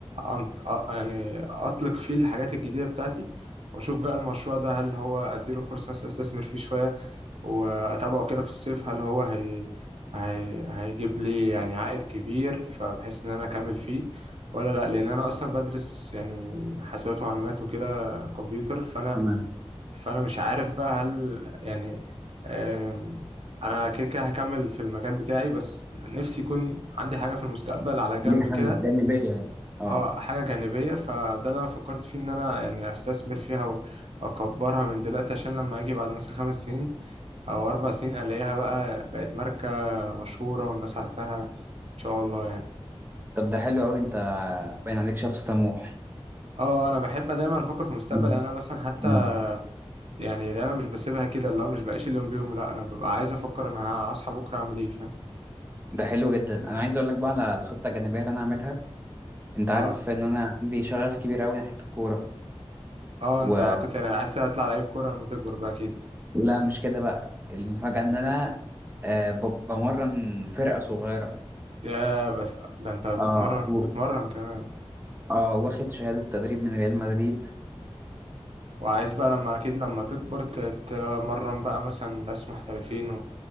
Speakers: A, on the right; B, on the right.
A: أنت... أ- يعني أطلق فيه الحاجات الجديدة بتاعتي وأشوف بقى المشروع ده هل هو أديله فرصة مثلاً أستثمر فيه شوية وأتابعه كده في الصيف هل هو هي... هي... هيجيب لي يعني عائد كبير فبحيث إن أنا أكمل فيه ولا لأ لأن أنا أصلا بدرس يعني حاسبات ومعلومات وكده كمبيوتر فأنا
B: تمام
A: فانا مش عارف بقى هل يعني آم، انا كده كده هكمل في المجال بتاعي بس نفسي يكون عندي حاجه في المستقبل على جنب
B: دي حاجه
A: كده
B: جانبيه يعني اه
A: اه حاجه جانبيه فده اللي انا فكرت فيه ان انا يعني استثمر فيها واكبرها من دلوقتي عشان لما اجي بعد مثلا خمس سنين او اربع سنين الاقيها بقى بقت ماركه مشهوره والناس عارفاها ان شاء الله يعني
B: طب ده حلو قوي انت باين عليك شخص طموح
A: اه انا بحب دايما افكر في المستقبل
B: مم.
A: يعني انا مثلا حتى
B: مم.
A: يعني دايما مش بسيبها كده اللي هو مش بعيش اليوم بيوم لا انا ببقى عايز افكر انا هصحى بكره اعمل ايه
B: ده حلو جدا انا عايز اقول لك بقى على الخطه الجانبيه اللي انا هعملها انت عارف
A: اه
B: ان انا عندي شغف كبير قوي ناحيه الكوره
A: اه
B: و
A: انت كنت يعني عايز تطلع لعيب كورة لما تكبر بقى اكيد
B: لا مش كده بقى المفاجاه ان انا آه، ب- بمرن فرقه صغيره
A: يا بس ده انت بتمرن
B: اه و...
A: بتمرن كمان
B: اه واخد شهادة تدريب من ريال مدريد
A: وعايز بقى لما اكيد لما تكبر تتمرن بقى مثلا ناس محترفين